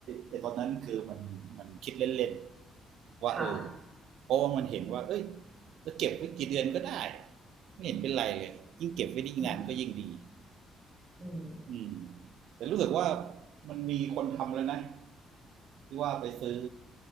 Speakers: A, on the right; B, on the right.
A: ไอ้ตอนนั้นคือมันมันคิดเล่นๆว่าเออ
B: ค่ะ
A: เพราะว่ามันเห็นว่าเอ้ยจะเก็บไว้กี่เดือนก็ได้ไม่เห็นเป็นไรเลยยิ่งเก็บไว้ได้ยิ่งนานก็ยิ่งดี
B: อืมอืม
A: อืมแต่รู้สึกว่ามันมีคนทำแล้วนะที่ว่าไปซื้อ